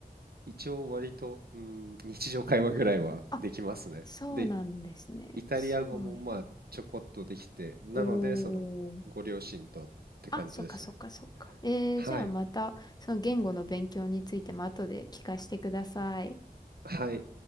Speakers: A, on the right; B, on the left.
A: 一応割と、うん、日常会話ぐらいはできますね。
B: あ、そうなんですね。
A: で、イタリア語もまあちょこっとできて、
B: すごい。
A: なのでそのご両親とって感じでしたね。
B: おー。あ、そっかそっかそっか。えー、
A: はい。
B: じゃあまた、その言語の勉強についても後で聞かせてください。
A: はい。